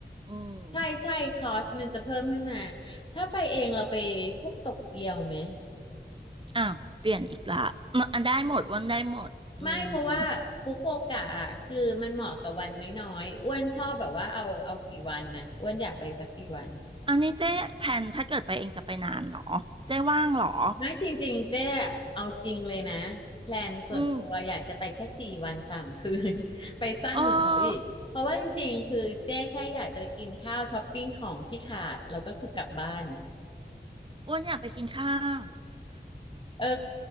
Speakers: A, on the right; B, on the left.
A: อืม
B: ใช่ใช่คอสมันจะเพิ่มขึ้นมาถ้าไปเองเราไปพวกโตเกียวไหม
A: อ้าวเปลี่ยนอีกละมันได้หมดอ้วนได้หมดอืม
B: ไม่เพราะว่าฟุกุโอกะอะคือมันเหมาะกับวันน้อยๆอ้วนชอบแบบว่าเอาเอากี่วันนะอ้วนอยากไปสักกี่วัน
A: เอานี่เจ๊แพลนถ้าเกิดไปเองจะไปนานเหรอเจ๊ว่างเหรอ
B: ไม่จริงๆเจ๊อะเอาจริงเลยนะแพลนส่วนตัวอยากจะไปแค่สี่วันสามคืน
A: อืม
B: <laughs> ไปสั้นกว่าเขาอีกเพราะว่าจริงๆคือเจ๊แค่อยากจะไปกินข้าวช้อปปิ้งของที่ขาดแล้วก็คือกลับบ้าน
A: เอออ้วนอยากไปกินข้าว
B: เออ